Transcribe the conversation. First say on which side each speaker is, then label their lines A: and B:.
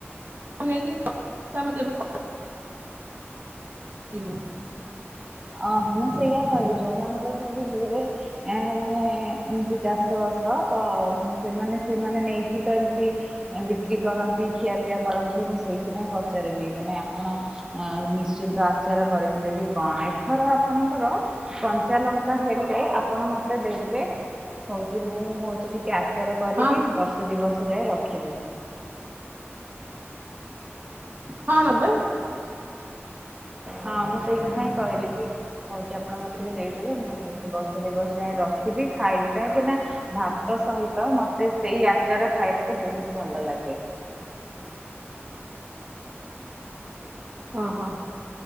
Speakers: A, on the right; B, on the right.
A: ନେଇକି ତମେ କେବେ କ ହତି।
B: ଓହୋ ମୁଁ ସେଇୟଆ କହିଲି ଯୋଉମାନାନଙ୍କର ସବୁ ହୁଏ ଏ ମାନେ ଏମିତି ଚାଷ ବାସ ତ ସେମାନେ ସେମାନେ ନେଇକି ତ ଏମତି ବିକ୍ରି କରନ୍ତି ଖିଆପିଆ କରନ୍ତି ମୁଁ ସେଇଥିପାଇଁ ପଚାରିଲି ମାନେ ଆପଣ ଅ ନିଶ୍ଚିନ୍ତ ଆଚାର କରିଥିବେ କି କଣ ଥର ଆପଣଙ୍କର କଞ୍ଚା ଲଙ୍କା ହେଲେ ଆପଣ ମତେ ଦେବେ। ହଉଛି ମୁଁ ହଉଛି ଟିକେ ଆଚାର କରିବି
A: ହଁ
B: ବର୍ଷ ଦୁ ବର୍ଷ ଯାଏ ରଖିବି।
A: ହଁ ନେବେ।
B: ହଁ ମୁଁ ସେଇ କଥା ହିଁ କହିଲି କି ହଉଛି ଆପଣ ମତେ ଟିକେ ଦେଇଦେବେ ମୁଁ ହଉଛି ବର୍ଷ ଦିବସ ଯାଇଏ ରଖିବି ଖାଇବି କାହିଁକି ନା ଭାତ ସହିତ ମତେ ସେଇ ଆଚାର ଖାଇବାକୁ ବହୁତ ଭଲ ଲାଗେ।
A: ଓ ହୋ।